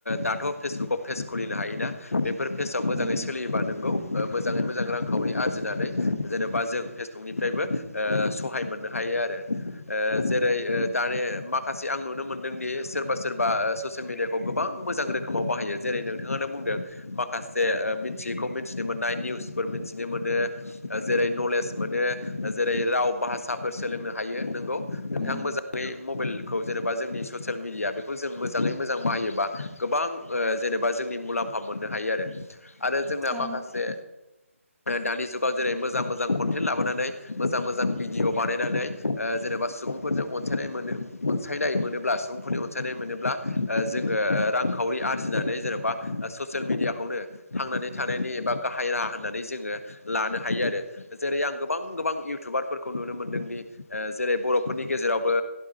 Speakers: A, on the left; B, in the centre.
A: दाथ' फेसबुकाव पेज खुलिनो हायोना बेफोर पेजाव मोजाङै
B: उम
A: सोलिबा नोंगौ मो मोजाङै मोजां रांखावरि आरजिनानै जेनेबा जों फेसबुकनिफ्रायबो ओ सहाय मोननो हायो आरो ओ जेरै ओ दानि माखासे आं नुनो मोनदोंदि सोरबा सोरबा ससियेल मिडियाखौ गोबां मोजां रोखोमाव बाहायो जेरै नोंथाङानो बुंदों माखासे मिथियिखौ मिथिनो मोन निउस फोर मिथिनो मोनो जेरै नलेज मोनो जेरै राव भासाफोर सोलोंनो हायो नोंगौ नोंथां
B: उम
A: मोजाङै मबाइलखौ जेनेबा जोंनि ससियेल मिडिया बेखौ जों मोजाङै मोजां बबा गोबां जेनेबा जोंनि मुलाम्फा मोननो हायो आरो आरो जोंना
B: औ
A: माखासे दानि जुगाव जेरै मोजां मोजां कन्टेन्ट लाबोनानै मोजां मोजां भिडिअ बानायनानै जेनेबा सुबुंफोरजों अनसायनाय मोनो अनसायनाय मोनोब्ला सुबुंफोरनि अनसायनाय मोनोब्ला जोङो रांखावरि आरजिनानै जेन'बा ससियेल मिडियाखौनो थांनानै थानायनि एबा गाहाय राहा होननानै जोङो लानो हायो आरो जेरै आं गोबां गोबां इउटुबारफोरखौ नुनो मोनदोंदि जेरै बर'फोरनि गेजेरावबो